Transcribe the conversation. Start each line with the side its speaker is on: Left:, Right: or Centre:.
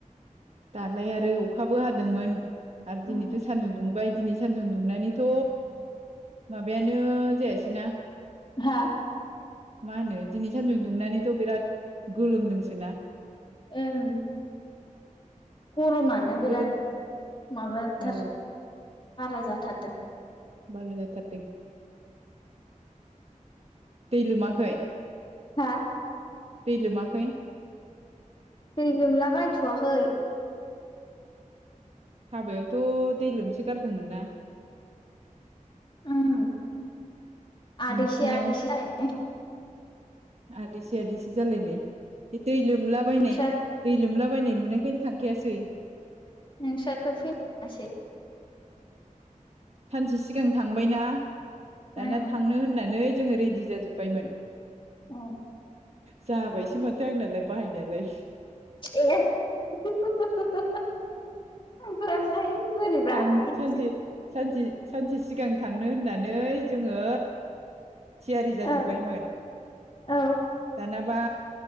Right: दालाय आरो अखाबो हादोंमोन आरो दिनैथ'
Left: उम
Right: सान्दुं दुंबाय। दिनै सानदुं दुंनानैथ' माबायानो जायासैना
Left: हा
Right: मा होनो दिनै सानदुं दुंनानैथ' बिराद गोलोमदोंसो ना।
Left: ओं गरमानो बिराद
Right: गोलोम
Left: माबाथार।
Right: औ
Left: बारा जाथारदों।
Right: बारा जाथारदों। दै लोमाखै?
Left: हा
Right: दै लोमाखै?
Left: दै लोमला बायथ'वाखै।
Right: हाबायावथ' दै लोमसो गारदोंमोन ना?
Left: उम आदैसे
Right: नोंसिनियाव
Left: आदैसे जा-
Right: आदैसे आदैसे जालायनाय बे दै लोमलाबायायनाय
Left: नोंस्रा
Right: दै लोमला- बायनाय नुनायखायनो थांखायासै।
Left: नोंसाराथ फैनो मोनासै।
Right: सानसे सिगां थांबायना दाना
Left: ओं
Right: थांनो होननानै जोङो रेडि जाजोब्बायमोन।
Left: ओं
Right: जाबायसो माथो आंनालाय बाहायनायालाय।
Left: ए <unintelligible> थांफ्लाङै बोरैबा
Right: थां
Left: इदि
Right: सानसे सानसे सानसे सिगां थांनो होननानै जोङो थियारि जाजोब्बायमोन
Left: औ औ
Right: दानाबा